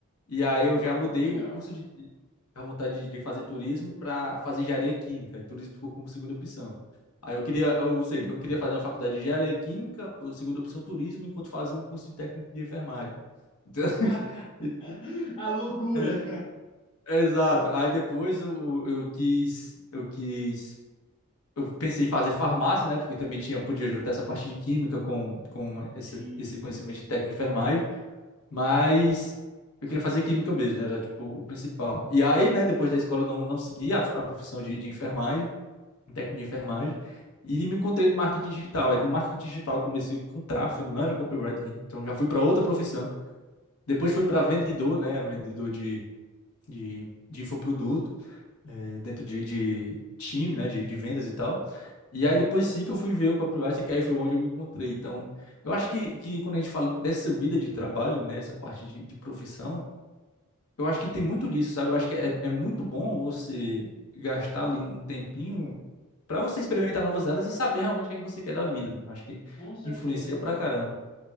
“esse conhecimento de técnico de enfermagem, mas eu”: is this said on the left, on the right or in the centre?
Left